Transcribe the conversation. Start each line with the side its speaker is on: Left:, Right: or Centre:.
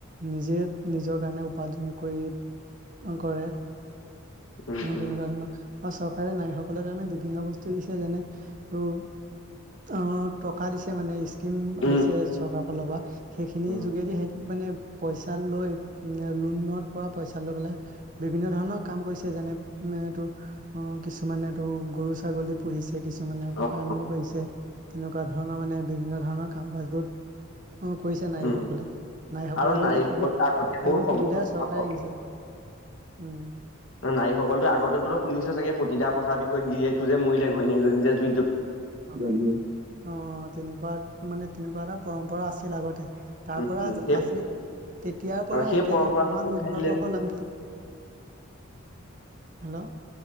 Right: নিজে নিজৰ কাৰণে উপাৰ্জন কৰি, কৰে
Left: উম,
Right: অ
Left: উম,
Right: তেনেকোৱা ধৰণৰ চৰকাৰে নাৰীসকলৰ কাৰণে বিভিন্ন বস্তু দিছে যেনে তোৰ অ টকা দিছে মানে স্কিম
Left: উম,
Right: আহিছে চৰকাৰৰ ফালৰ পৰা সেইখিনিৰ
Left: উম,
Right: যোগেদি সিহঁতি মানে পইচা লৈ লোণত পৰা পইচা লৈ পেলাই বিভিন্ন ধৰণৰ কাম কৰিছে। যেনে তোৰ অ কিছুমানে তো গৰু ছাগলী পুহিছে কিছুমানে
Left: অ,
Right: ফাৰ্মিং
Left: অ,
Right: কৰিছে তেনেকোৱা ধৰণৰ মানে বিভিন্ন ধৰণৰ কাম কাজ বোৰ অ কৰিছে নাৰীসকলে
Left: উম।
Right: নাৰীসকলৰ
Left: আৰু নাৰীসকলটো
Right: বাবে সেইবোৰ
Left: আগতকে
Right: সেইবোৰ
Left: বহুত সবল
Right: সুবিধা চৰকাৰে
Left: হ'ল।
Right: দিছে। উম
Left: অ নাৰীসকলতো আগতে শুনিছে চাগে সতিদা পথাৰ বিষয়ে গীয়ে একটো যে মৰিলে ঘৈণীয়েকজনী যে জুই
Right: অ তেনেকোৱা মানে তেনেকোৱা এটা পৰম্পৰা আছিল আগতে তাৰ
Left: উম,
Right: পৰা
Left: উম,
Right: আজ
Left: সেই
Right: আজি তেতিয়াৰ পৰা
Left: অ, সেই
Right: এতিয়ালৈকে
Left: পৰম্পৰাটোতো
Right: কিমান
Left: উঠাই
Right: উন্নত
Left: দিলে ন।
Right: হ'ল আমি
Left: <unintelligible>
Right: হেল্ল'